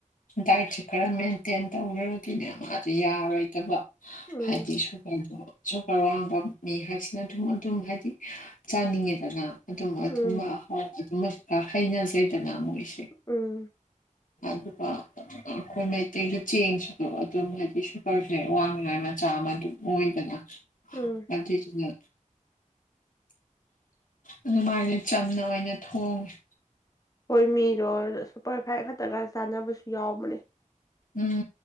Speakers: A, on the left; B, on the left.
A: ꯗꯥꯏꯠꯁꯤ ꯈꯔ ꯃꯦꯟꯇꯦꯟ ꯇꯧꯔꯗꯤꯅꯦ ꯃꯥꯁꯨ ꯌꯥꯔꯣꯏꯗꯕ
B: ꯎꯝ
A: ꯍꯥꯏꯗꯤ ꯁꯨꯃꯥꯢ ꯇꯧꯕ ꯁꯨꯀ꯭ꯔ ꯋꯥꯡꯕ ꯃꯤ ꯍꯥꯏꯁꯤꯅ ꯑꯗꯨꯝ ꯑꯗꯨꯝ ꯍꯥꯏꯗꯤ ꯆꯥꯅꯤꯡꯉꯦꯗꯅ ꯑꯗꯨꯝꯕ ꯑꯊꯨꯝꯕ
B: ꯎꯝ
A: ꯑꯗꯨꯝꯕꯁꯨ ꯀꯌꯥ ꯍꯩꯅꯗꯦꯗꯅ ꯃꯣꯏꯁꯦ
B: ꯎꯝ
A: ꯑꯗꯨꯀ ꯑꯩꯈꯣꯏ ꯃꯩꯇꯩꯒꯤ ꯆꯦꯡꯁꯨ ꯑꯗꯨꯝ ꯍꯥꯏꯗꯤ ꯁꯨꯀꯔꯁꯦ ꯋꯥꯡꯅꯤꯉꯥꯏ ꯃꯆꯥ ꯑꯃ ꯑꯗꯨꯝ ꯑꯣꯏꯗꯅ
B: ꯎꯝ
A: ꯑꯗꯨꯢꯗꯨꯅ ꯑꯗꯨꯃꯥꯏꯅ ꯆꯝꯅ ꯑꯣꯏꯅ ꯊꯣꯡꯉꯦ
B: ꯍꯣꯏ ꯃꯤꯗꯣ ꯁꯨꯄꯔ ꯐꯥꯏꯚ ꯈꯛꯇꯒ ꯆꯥꯟꯅꯕꯁꯨ ꯌꯥꯎꯕꯅꯦ
A: ꯎꯝ